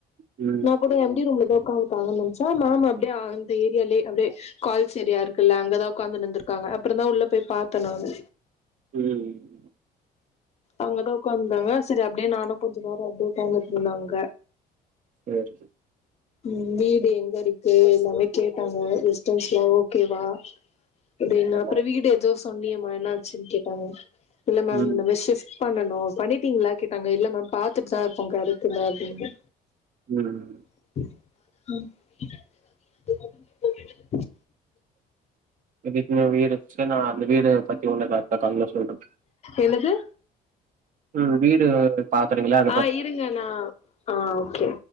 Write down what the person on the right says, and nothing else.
ம்
ம்
சேரி
ஆமா
ம்
ம்
எதுக்குன்னா வீடு புடிச்சிட்டா நா அந்த வீடு பத்தி ஒண்ணு காட்ல கால்ல சொல்றே
ம் வீடு பாக்றீங்களா